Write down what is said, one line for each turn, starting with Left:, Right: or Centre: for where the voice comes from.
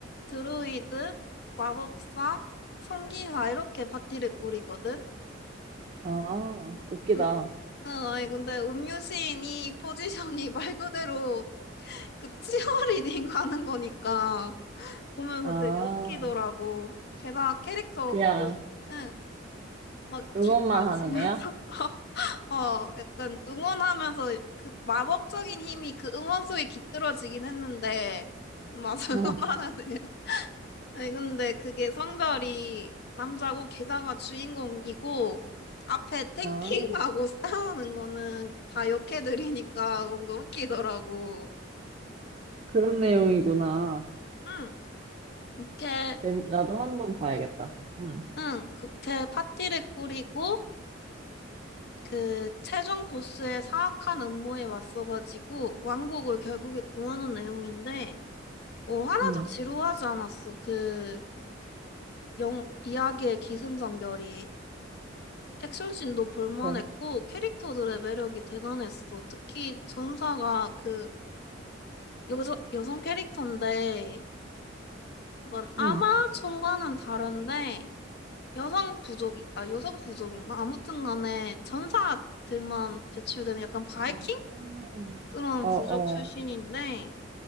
Left: 드루이드, 마법사, 성기사 이렇게 파티를 꾸리거든.
Right: 아, 웃기다.
Left: 음, 음, 아니 근데 음료 시인이 포지션이 <laughs> 말 그대로 그 치어리딩 하는 거니까 보면서
Right: 아,
Left: 되게 웃기더라고. 게다가 캐릭터
Right: 그냥
Left: 그, 응, 막
Right: 응원만
Left: 기타
Right: 하는
Left: 치면서
Right: 애야?
Left: <laughs> 어, 약간 응원하면서 그 마법적인 힘이 그 응원 소리에 깃들어지긴 했는데 맞아
Right: 아,
Left: <laughs> 응원하네요. 아니 근데 그게 성별이 남자고 게다가 주인공이고 앞에 탱킹하고
Right: 아,
Left: <laughs> 싸우는 거는 다 여캐들이니까 뭔가 웃기더라고.
Right: 그런 내용이구나.
Left: 응, 그렇게
Right: 재밌게 나도 한 번 봐야겠다. 응,
Left: 응, 그렇게 파티를 꾸리고 그 최종 보스의 사악한 음모에 맞서가지고 왕국을 결국에 구하는 내용인데 어, 하나도
Right: 응,
Left: 지루하지 않았어. 그 영, 이야기의 기승전결이 액션씬도 볼만했고
Right: 뱀.
Left: 캐릭터들의 매력이 대단했어. 특히 전사가 그 여자, 여성 캐릭터인데 약간 아마존과는
Right: 응.
Left: 다른데 여성 부족이 아 여성 부족인가? 아무튼 간에 전사들만 배출되는 약간 바이킹
Right: 아,
Left: 그런
Right: 어,
Left: 부족
Right: 어.
Left: 출신인데